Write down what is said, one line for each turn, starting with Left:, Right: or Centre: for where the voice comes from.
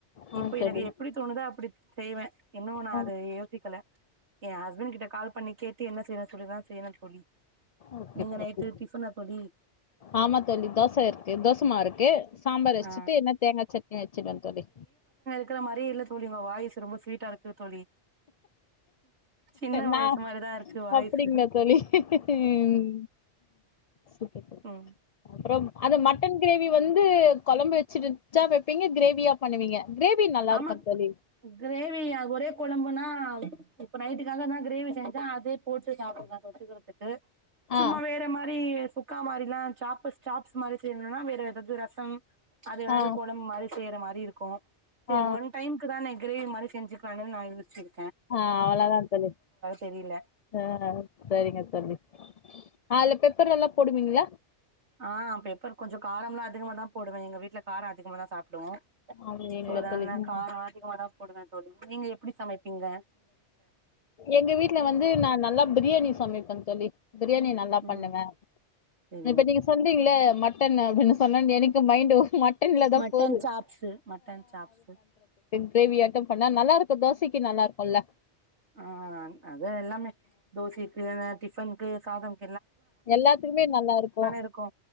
Left: ஆ
Right: இப்ப
Left: தோழி
Right: எனக்கு எப்படி தோணுதா அப்படி செய்வேன் இன்னோ நான்
Left: ஆ
Right: அது யோசிக்கல என் ஹஸ்பண்ட் கிட்ட கால் பண்ணி கேட்டு என்ன செய்யணு சொல்லிதான் செய்யன்னு தோழி
Left: ஓகே
Right: நீங்க
Left: தோழி
Right: நைட்டு டிபன்னா படி
Left: ஆமா தோழி தோச இருக்கு தோசமா இருக்கு சாம்பார் வச்சுட்டு
Right: ஆ
Left: என்ன தேங்கா சட்னியும் வச்சுிடுவேன் தோழி
Right: க்குற மாறியே இல்ல தோழி உங்க வாய்ஸ் ரொம்ப ஸ்வீட்டா இருக் க்கு தோழி சின்ன வயசு
Left: நா
Right: மாறிதான் இருக்கு வாய்சு
Left: அப்டிங்களா தோழி ம் சூப்பர் தோழி
Right: உம்
Left: அப்புறம் அது மட்டன் கிரேவி வந்து த்து கொழம்பு வச்சுருச்சா வைப்பீங்க கிரேவியா பண்ணுவீங்க கிரேவி நல்லா
Right: ஆமா
Left: இருக்கும் தோழி
Right: கிரேவி ஆ ஒரே கொழம்ப் னா இப்ப நைட்டுக்கு னால தான் கிரேவி செஞ்சன் அதே போட்டு சாப்பிடுங்க தொட்டுக்குறதுக்கு சும்மா
Left: ஆ
Right: வேற மாரி சு க்கா மாரிலாம் சாப்புஸ் சாப்ஸ் மாரி செய்யணும்னா வேற ஏதாவது ரசம் அது எதவது
Left: ஆ
Right: குடம் மாதிரி செய்யற மாதிரி இருக்கு செரி
Left: ஆ
Right: ஒன் டைம்க்கு தானே கிரேவி மாரி செஞ்சுக்கலானு நான் எந்திரிச்சது
Left: ஆஹ் அவ்ள தான் தோழி
Right: தெரியல
Left: ஆஹ் செரிங்க தோழி ஆஹ் அத்ல பெப்பர் நல்லா போடுவீங்களா
Right: ஆஹ்ன் பெப்பர் கொஞ்சோ காரம்லாம் அதிகமா தான் போடுவேன் எங்க வீட்டுல காரம் அதிகமா தான் சாப்டுவோ
Left: அப்டிங்களா
Right: சோதான்ன
Left: தோழி ம்
Right: காரோ அதிகமா தான் போடுவே தோழி, நீங்க எப்டி சமைப்பிங்க?
Left: எங்க வீட்டு்ல வந்து நான் நல்லப் பிரியாணி சமைப்பே தோழி பிரியாணி நல்லா
Right: ம்
Left: பண்ணுவே
Right: ம்
Left: இப்ப நீங்க சொல்றீங்களே மட் மட்டான் அப்படின்னு சொன்ன <unintelligible> மைண்ட் மட்டன்ல தா
Right: மட்டன்
Left: போது
Right: சாப்ஸீ மட்டன் சாப்ஸு
Left: கிரேவி யாட்டம் பண்ணா நல்லாருக்கு தோசைக்கு நல்லாருக்கு ல்ல
Right: ஆஹ் அது எல்லாமே, தோசைக்கு, டிஃபன் க்கு சாதம்.
Left: எல்லாத்துகுமே நல்லா இருக்கும்.
Right: இருக்கு